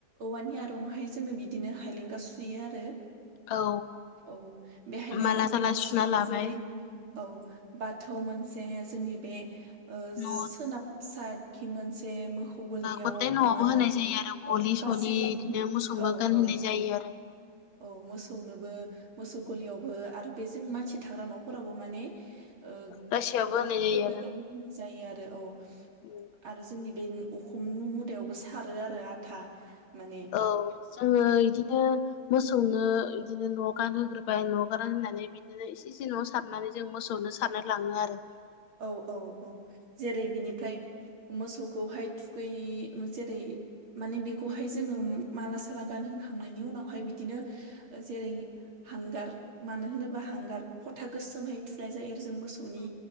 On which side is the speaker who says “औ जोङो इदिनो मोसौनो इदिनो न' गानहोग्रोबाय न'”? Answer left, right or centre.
Left